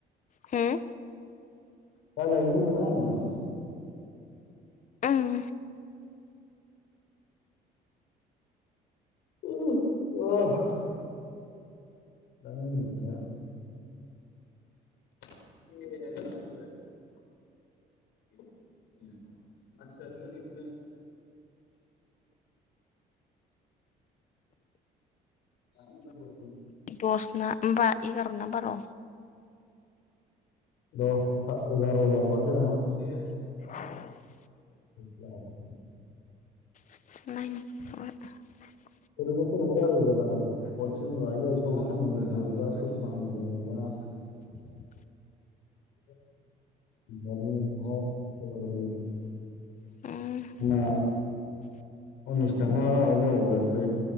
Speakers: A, on the left (about 50°); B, on the left (about 85°).
A: होम
B: लायलायनो नो‌ मोना होनदां
A: उम
B: <unintelligible> दा मिनिथोंल' <unintelligible> <unintelligible> मा होननांगौ?
A: दस ना होमबा एगार' ना बार'?
B: दस एगार' बारबानो दानहर।
A: <unintelligible>
B: <unintelligible>
A: <unintelligible>
B: <unintelligible> बुंहरग्रा ससमान बुंहरा
A: <inaudible>
B: <unintelligible>
A: उम
B: आंना उननिस थाखा माबा जाबावबाय फै